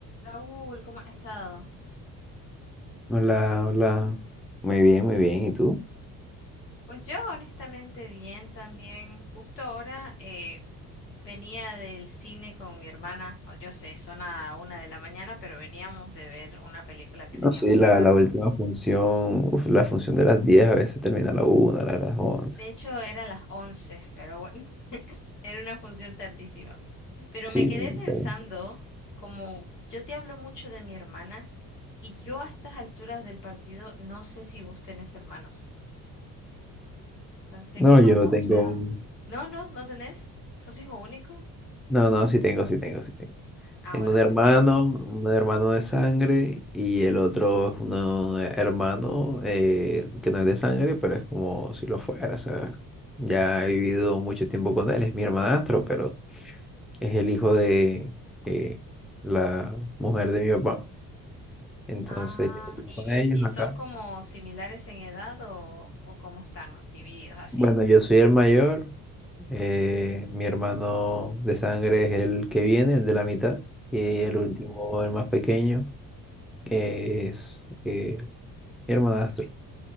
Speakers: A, on the left; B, in the centre.
A: Raúl, ¿cómo has estado?
B: Hola, hola. Muy bien, muy bien. ¿Y tú?
A: Pues yo honestamente bien también. Justo ahora eh, venía del cine con mi hermana. o Yo sé, son a una de la mañana, pero veníamos de ver una película que
B: No,
A: teníamos
B: sí, la,
A: rato.
B: la última función, uf, la función de las 10 a veces termina a la una a las 11.
A: De hecho, era las 11, pero bueno, <laughs> era una función tardísima. Pero
B: Sí,
A: me quedé pensando,
B: tengo-
A: como yo te hablo mucho de mi hermana, y yo a estas alturas del partido no sé si vos tenés hermanos. sea, sé
B: no,
A: que sos
B: yo
A: vos,
B: tengo,
A: pero...
B: un-
A: No, no, no tenés. ¿Sos hijo único?
B: no, no, sí tengo, sí tengo, sí tengo.
A: Ah,
B: Tengo
A: bueno,
B: un hermano,
A: pues ¿quiénes son?
B: un hermano de sangre y el otro es un hermano eh, que no es de sangre, pero es como si lo fuera, o sea, ya he vivido mucho tiempo con él, es mi hermanastro, pero es el hijo de eh, la mujer de mi papá. Entonces
A: Ah,
B: yo vivo
A: ¿y,
B: con ellos
A: y, y
B: acá.
A: son como similares en edad o, o cómo están divididos así?
B: Bueno, yo soy el mayor. eh, mi hermano de sangre es el que viene, el de la mitad. Y
A: Ujú.
B: el último, el más pequeño, que es eh, mi hermanastro.